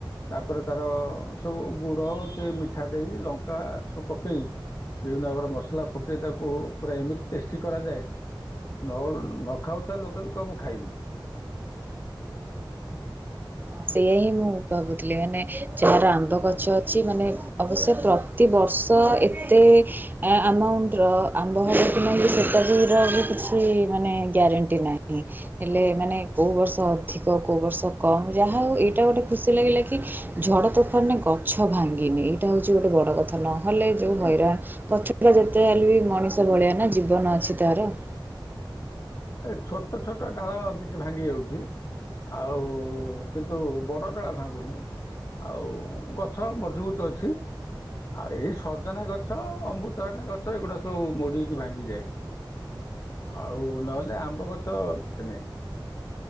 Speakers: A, on the left; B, on the right.
A: ତାପରେ ତାର ସବୁ ଗୁଡ଼ କି ମିଠା ଦେଇ ଲ ଙ୍କା ସବୁ ପକାଇ ବିଭିନ୍ନ ପ୍ରକାର ମସଲା ପକାଇ ତାକୁ ପୁରା ଏମିତି ଟେଷ୍ଟି କରାଯାଏ ନ ନ ଖାଉଥିବା ଲୋକ ବି କହିବ ମୁଁ ଖାଇବି।
B: ହଁ ସେଇୟା ହିଁ ମୁଁ ଭାବୁଥିଲି ମାନେ ଯହାର ଆମ୍ବ ଗଛ ଅଛି ମାନେ ଅବଶ୍ୟ ପ୍ର ତି ବର୍ଷ ଏତେ ଆମାଉଣ୍ଟର ଆମ୍ବ ହବ ବି କିଛି ମାନେ ଗ୍ୟାରେଣ୍ଟି ନାହିଁ। ହେଲେ ମାନେ କେଉଁ ବର୍ଷ ଅଧିକ କେଉଁ ବର୍ଷ କମ ଯାହା ହଉ ଏଇଟା ଗୋଟେ ଖୁସି ଲାଗିଲା କି ଝଡ଼ ତୋଫାନରେେ ଗଛ ଭାଙ୍ଗିନି ଏଇଟା ହେଉଛି ଗୋଟେ ବଡ଼ କଥା ନହେଲେ ଯେଉଁ ହଇରାଣ
A: ଏ
B: ଗଛ ପୁରା ଯେତେ ହେଲେ ବି ମଣିଷ ଭଳିଆ ନା ଜୀବନ ଅଛି ତାର।
A: ଏ ଛୋଟ ଛୋଟ ଡାଳ କିଛି ଭାଙ୍ଗି ଯାଉଛି। ଆଉ କିନ୍ତୁ ବଡଡାଳ ଭାଙ୍ଗୁନି। ଆଉ ଗଛ ମଜବୁତ ଅଛି। ଆଉ ଏଇ ସଜନା ଗଛ ଅମୃତଭଣ୍ଡା ଗଛ ଏଗୁଡା ସବୁ ମୋଡ଼ିହେଇକି ଭାଙ୍ଗିଯାଏ। ଆଉ ନହେଲେ ଆମ୍ବ ଗଛ କିଛି ନାହିଁ।